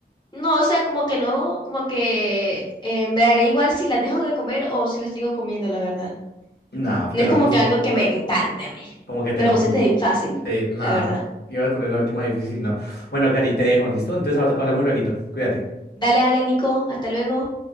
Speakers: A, on the left (about 25°); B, on the left (about 70°).
A: No, o sea, como que no, como que eh, me daría igual si las dejo de comer o si las sigo comiendo, la verdad.
B: No,
A: No
B: te
A: es
B: la
A: como
B: puse.
A: que algo que me encante a mí.
B: Como que te...
A: Me lo pusiste fácil,
B: Sí, nada.
A: la verdad.
B: Iba a poner la última difícil y no. Bueno, Cari, te dejo, ¿listo? Entonces hab- hablamos lueguito. Cuídate.
A: Dale, dale, Nico, hasta luego.